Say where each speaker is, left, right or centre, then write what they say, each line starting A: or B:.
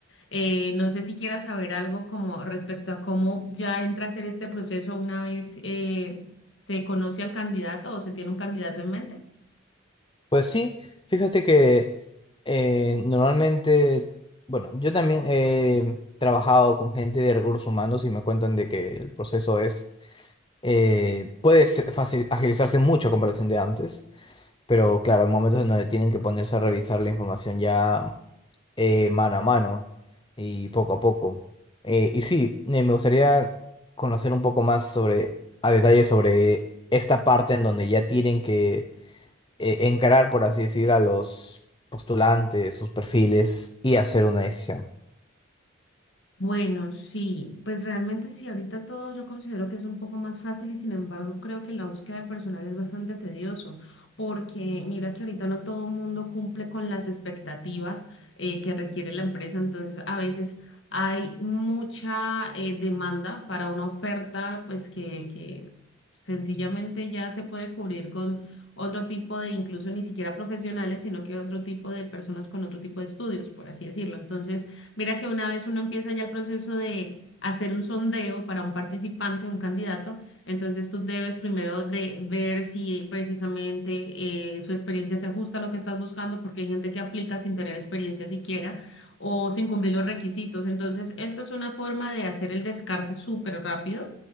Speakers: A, on the left; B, on the left.
A: Eh, no sé si quieras saber algo como respecto a cómo ya entra a ser este proceso una vez eh, se conoce al candidato o se tiene un candidato en mente.
B: Pues sí, fíjate que eh, normalmente, bueno, yo también he trabajado con gente de recursos humanos y me cuentan de que el proceso es, eh, puede ser facil- agilizarse mucho a comparación de antes. Pero claro, hay momentos en donde tienen que ponerse a revisar la información ya eh, mano a mano y poco a poco. Eh, y sí, me me gustaría conocer un poco más sobre, a detalle sobre esta parte en donde ya tienen que eh, encarar, por así decir, a los postulantes, sus perfiles y hacer una decisión.
A: Bueno, sí, pues realmente sí, ahorita todo yo considero que es un poco más fácil y sin embargo creo que la búsqueda de personal es bastante tedioso porque mira que ahorita no todo el mundo cumple con las expectativas eh, que requiere la empresa, entonces a veces hay mucha eh, demanda para una oferta pues que, que sencillamente ya se puede cubrir con otro tipo de, incluso ni siquiera profesionales, sino que otro tipo de personas con otro tipo de estudios, por así decirlo. Entonces... Mira que una vez uno empieza ya el proceso de hacer un sondeo para un participante, un candidato, entonces tú debes primero de ver si precisamente eh, su experiencia se ajusta a lo que estás buscando, porque hay gente que aplica sin tener experiencia siquiera o sin cumplir los requisitos. Entonces, esta es una forma de hacer el descarte súper rápido.